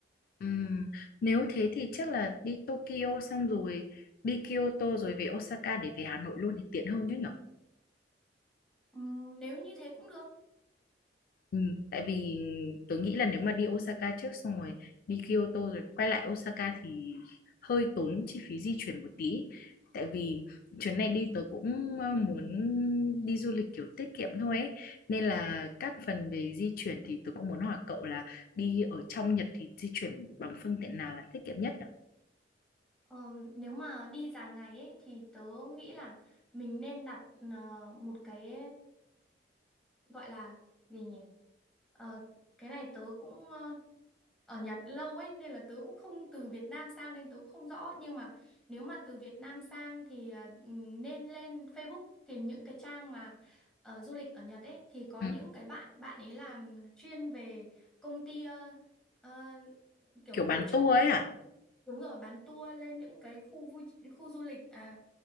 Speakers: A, on the left (about 55°); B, in the centre.
A: Ừm, nếu thế thì chắc là đi Tokyo xong rồi đi Kyoto rồi về Osaka để về Hà Nội luôn thì tiện hơn chứ nhỉ
B: Ừm, nếu như thế cũng được.
A: Ừ, tại vì tôi nghĩ là nếu mà đi Osaka trước xong rồi đi Kyoto rồi quay lại Osaka thì hơi tốn chi phí di chuyển một tí. Tại vì chuyến này đi tớ cũng ờ, muốn đi du lịch kiểu tiết kiệm thôi ấy. Nên là các phần về di chuyển thì tớ cũng muốn hỏi cậu là đi ở trong Nhật thì di chuyển bằng phương tiện nào là tiết kiệm nhất nhỉ?
B: Ờ, nếu mà đi dài ngày ấy thì tớ nghĩ là mình nên đặt ờ, một cái gọi là gì nhỉ Ờ, cái này tớ cũng ờ, ở Nhật lâu ấy nên là tớ cũng không từ Việt Nam sang nên tớ cũng không rõ nhưng mà nếu mà từ Việt Nam sang thì ờ, ừm, nên lên Facebook tìm những cái trang mà ờ, du lịch ở Nhật ấy thì có
A: Ừ,
B: những cái bạn bạn ấy làm chuyên về công ty ờ, ờ, kiểu
A: kiểu bán
B: tổ chức
A: tour ấy hả?
B: Đúng rồi, bán tour lên những cái khu vui khu du lịch à,